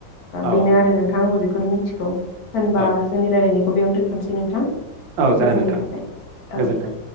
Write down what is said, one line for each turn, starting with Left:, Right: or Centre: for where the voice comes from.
Right: औ
Left: बेनो आरो नोंथां आंबो बेखौ बेखौनो मिथिगौ होनबा
Right: औ
Left: जोंनि रायलायनायखौ बेयाव दोनथ'नोसै नोंथां
Right: औ
Left: गोजोननाय
Right: जागोन नोंथां
Left: थाबाय औ
Right: गोजोन्थों